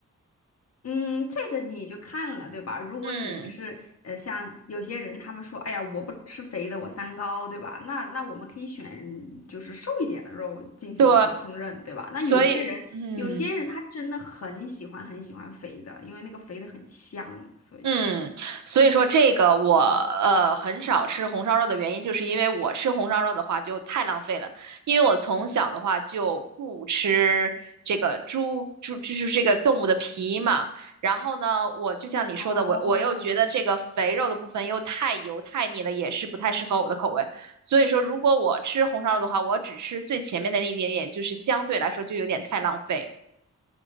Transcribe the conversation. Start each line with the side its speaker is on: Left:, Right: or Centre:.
Left: 嗯，这个你就看了，对吧？如果你是呃，
Right: 嗯，
Left: 像有些人他们说，哎呀，我不吃肥的，我三高，对吧？那那我们可以选就是瘦一点的肉进行烹饪，
Right: 对，
Left: 对吧？那有些人，
Right: 所以嗯。
Left: 有些人他真的很喜欢很喜欢肥的，因为那个肥的很香，所以
Right: 嗯，所以说这个我呃很少吃红烧肉的原因，
Left: 嗯，
Right: 就是因为我吃红烧肉的话就太浪费了，因为我从小的话就不吃这个猪猪，就是这个动物的皮嘛。然后呢，我就像你说的，
Left: 哦
Right: 我我又觉得这个肥肉的部分又太油太腻了，也是不太适合我的口味。所以说，如果我吃红烧肉的话，我只吃最前面的那一点点，就是相对来说就有点太浪费。